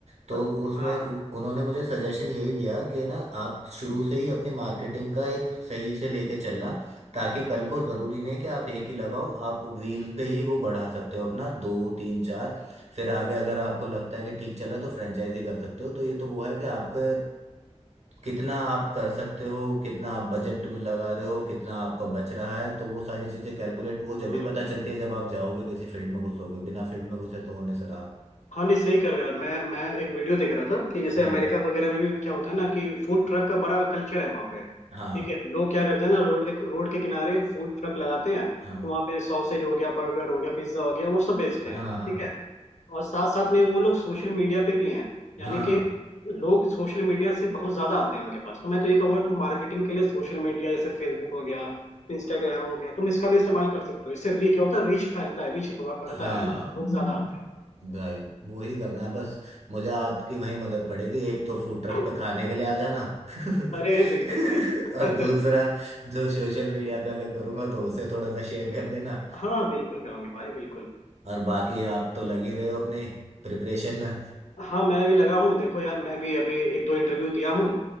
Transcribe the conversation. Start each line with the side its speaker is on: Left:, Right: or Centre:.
Right: तो
Left: हाँ
Right: उसमें
Left: हाँ,
Right: उ- उन्होंने मुझे सजेशन यही दिया कि ना आप शुरू से ही अपनी मार्केटिंग का एक सही से लेके चलना ताकि कल को ज़रूरी नहीं है कि आप एक ही लगाओ आप व्हील पे ही वो बढ़ा सकते हो अपना दो तीन चार फिर आगे अगर आपको लगता है कि ठीक चल रहा है तो फ्रेंचाइजी कर सकते हो तो ये तो वो है कि आपके कितना आप कर सकते हो कितना आप बजट लगा रहे हो कितना आपका बच रहा है तो वो सारी चीजें कैलकुलेट वो
Left: हाँ।
Right: जब भी पता चलती है जब आप जाओगे किसी फील्ड में घुसोगे बिना फील्ड में घुसे तो होने से रहा
Left: हाँ नहीं सही कर रहे हो यार मैं मैं एक वीडियो देख रहा था कि जैसे
Right: हम्म
Left: अमेरिका वगैरह में भी क्या होता है ना कि फूड ट्रक का बड़ा कल्चर है वहाँ पे ठीक
Right: हाँ
Left: है लोग क्या करते हैं ना रोड के रोड के किनारे फूड ट्रक लगाते हैं तो
Right: हाँ
Left: वहाँ पे सॉसेज हो गया बर्गर हो गया पिज्जा हो गया वो सब बेचते
Right: हाँ
Left: हैं
Right: हाँ
Left: ठीक है और साथ साथ में वो लोग सोशल मीडिया पे भी हैं यानी
Right: हाँ
Left: कि लोग सोशल मीडिया से बहुत ज्यादा आते हैं उनके पास तो मैं तो ये कहूंगा तुम मार्केटिंग के लिए सोशल मीडिया जैसे फेसबुक हो गया इंस्टाग्राम हो गया तुम इसका भी इस्तेमाल कर सकते हो इससे री- क्या होता है रीच फैलता है रीच बढ़ता
Right: हाँ
Left: है ना लोग ज्यादा आते
Right: भाई वही करना है बस मुझे आपकी वही मदद पड़ेगी एक तो फूड ट्रक
Left: हैं
Right: पे खाने के लिए आ जाना <laughs>
Left: अरे बिल्कुल भाई <laughs>
Right: और दूसरा जो सोशल मीडिया पे अगर करूंगा तो उसे थोड़ा सा शेयर कर देना
Left: हाँ बिल्कुल करूंगे भाई बिल्कुल
Right: और बाकी आप तो लगे रहे हो अपने प्रिपरेशन में
Left: हाँ मैं भी लगा हूँ देखो यार मैं भी अभी एक दो इंटरव्यू दिया हूँ